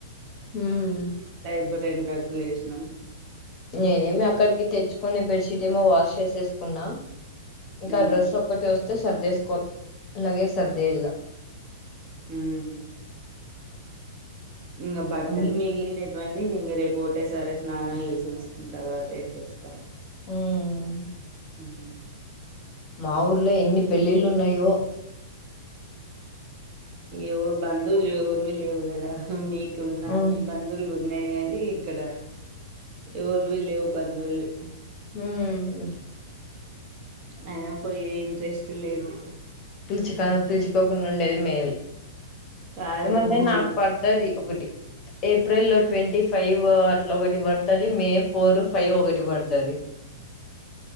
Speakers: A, on the left; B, on the right.
A: హ్మ్
B: ఇడ రెండు రగ్గులు ఏసినాం
A: నేనేమి అక్కడికి తెచ్చుకునే బెడ్ షీట్ ఏమో వాష్ చేసేసుకున్నా ఇంకా
B: ఉమ్
A: డ్రెస్ ఒక్కటి వస్తే సర్దేసుకోవాలి అలాగే సర్దేయాలా
B: ఉమ్ ఇంగ బట్టలు
A: ఉమ్
B: మిగిలినేటివన్ని ఇంగ రేపు ఒకటే సరే స్నానాలు చేసేసుకున్న తర్వాత ఏసేస్తా
A: హ్మ్
B: హ్మ్
A: మా ఊర్లో ఎన్ని పెళ్ళిళ్ళున్నాయో
B: ఎవరు బంధువులు ఎవర్వి లేవు కదా మీకు ఉన్న
A: అవును
B: మీ బంధువులు ఉన్నాయి కానీ ఇక్కడ ఎవర్వి లేవు బంధువులు
A: మ్
B: అయిన పోయే ఏం రెస్ట్ లేదు
A: పిలుచుక పిలుచుకోకుండా ఉండేది మేలు
B: కాదు
A: ఏమంటే
B: ఉమ్
A: నాకు పడుతది ఒకటి ఏప్రిల్ ట్వంటీ ఫైవ్ అట్లా ఒకటి పడుతది మే ఫోర్ ఫైవ్ ఒకటి పడుతది